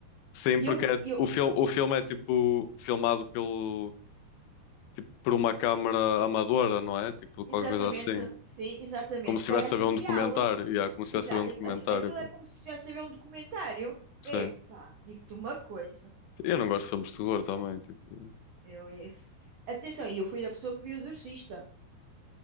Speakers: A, on the left (about 80°); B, on the right (about 65°).
A: Sim,
B: E
A: porque
B: eu,
A: é-
B: eu,
A: o filme, o filme é tipo filmado pelo tipo, por uma câmara amadora, não é? Tipo,
B: exatamente,
A: qualquer coisa assim.
B: sim, exatamente,
A: Como se estivesse
B: parece
A: a ver
B: real,
A: um documentário. Yeah, como se
B: exato,
A: estivesse a ver um documentário.
B: aqu- aquilo
A: pá.
B: é como se estivesse a ver um documentário.
A: Sim.
B: Epá, digo-te uma coisa.
A: Eu não gosto de filmes de terror também. Tipo...
B: Eu, Atenção, e eu fui da pessoa que viu o Exorcista.